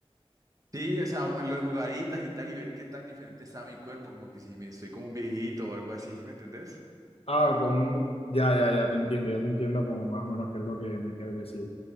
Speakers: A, on the right (about 35°); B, on the left (about 65°).
A: Sí, o sea, las jugaditas y tal, y ver qué tan diferente está mi cuerpo, como que si me estoy como un viejito o algo así, ¿sí me entendés?
B: Ah, con un- ya, ya, ya te entiendo, ya te entiendo como más o menos qué es lo que me quieres decir.